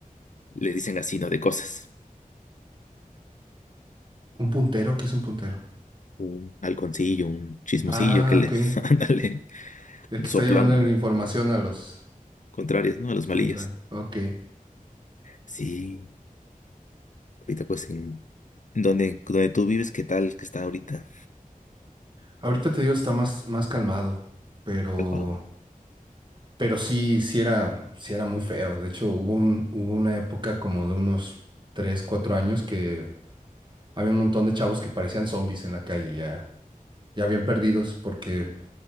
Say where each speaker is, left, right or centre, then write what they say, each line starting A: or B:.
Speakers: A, on the left; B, on the right.
A: les dicen así, ¿no? De cosas.
B: ¿Un puntero? ¿Qué es un puntero?
A: Un halconcillo, un chismosillo
B: Ah,
A: que les,
B: ok.
A: <laughs> ándale,
B: El
A: un
B: que
A: soplón,
B: está llevando
A: ¿no?
B: la información a los,
A: Contrarios, ¿no? A
B: a
A: los
B: los
A: malillas.
B: contrarios. Ok.
A: Sí, ahorita pues en... ¿Dónde, dónde tú vives? ¿Qué tal que está ahorita?
B: Ahorita te digo, está más, más calmado, pero,
A: Álvaro?
B: pero sí, sí era, sí era muy feo. De hecho, hubo un, hubo una época como de unos 3, 4 años que había un montón de chavos que parecían zombies en la calle, ya, ya bien perdidos, porque